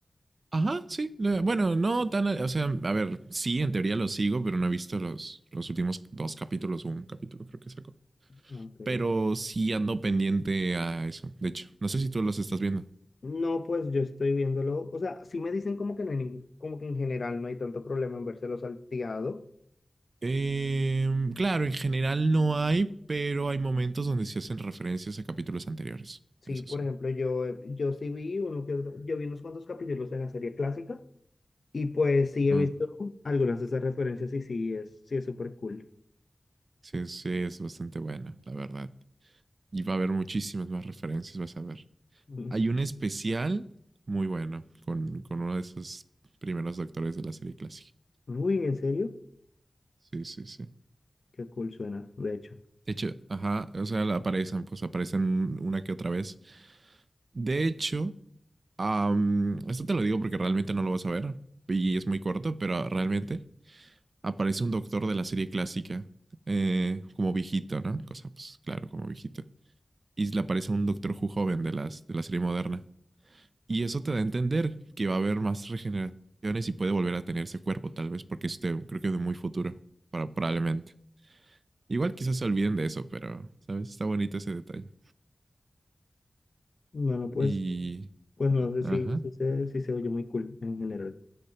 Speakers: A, on the right; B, on the left.
A: Ajá, sí. Bueno, no tan. O sea, a ver, sí, en teoría lo sigo, pero no he visto los, los últimos dos capítulos o un capítulo, creo que sacó.
B: Ah, Ok,
A: Pero
B: bueno.
A: sí ando pendiente a eso. De hecho, no sé si tú los estás viendo.
B: No, pues yo estoy viéndolo, o sea, sí me dicen como que no hay ningún- como que en general no hay tanto problema en vérselo salteado.
A: Eh, claro, en general no hay, pero hay momentos donde se hacen referencias a capítulos anteriores.
B: Sí,
A: Eso
B: por
A: sí.
B: ejemplo, yo, eh, yo sí vi uno que otro- yo vi unos cuantos capítulos de la serie clásica y pues sí
A: Ah,
B: he visto algunas de esas referencias y sí es, sí es súper cool.
A: sí, sí, es bastante buena, la verdad. Y va a haber muchísimas más referencias, vas a ver.
B: Ujú.
A: Hay un especial muy bueno con, con uno de esos primeros doctores de la serie clásica.
B: Uy, ¿en serio?
A: Sí, sí, sí.
B: Qué cool suena, de hecho.
A: De hecho, ajá, o sea, aparecen, pues aparecen una que otra vez. De hecho, Um, esto te lo digo porque realmente no lo vas a ver y es muy corto, pero realmente aparece un doctor de la serie clásica, eh, como viejito, ¿no? Cosa, pues claro, como viejito. Y le aparece un doctor Who joven de, las, de la serie moderna. Y eso te da a entender que va a haber más regeneraciones y puede volver a tener ese cuerpo, tal vez, porque es de, creo que de muy futuro, para, probablemente. Igual quizás se olviden de eso, pero, ¿sabes? Está bonito ese detalle.
B: Bueno, pues
A: Y.
B: Pues no sé
A: Ajá.
B: si, si se, si se oye muy cool en general.